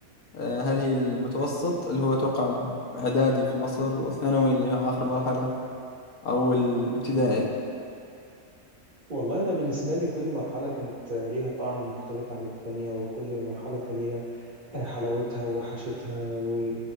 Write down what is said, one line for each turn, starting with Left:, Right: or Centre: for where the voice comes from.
Left: آه، هل هي المتوسط اللي هو أتوقع إعدادي في مصر والثانوي اللي هي آخر مرحلة أو الابتدائي
Right: والله أنا بالنسبة لي كل مرحلة كانت آه، ليها طعم مختلف عن التانية وكل مرحلة كان ليها آه، حلاوتها ووحشتها و...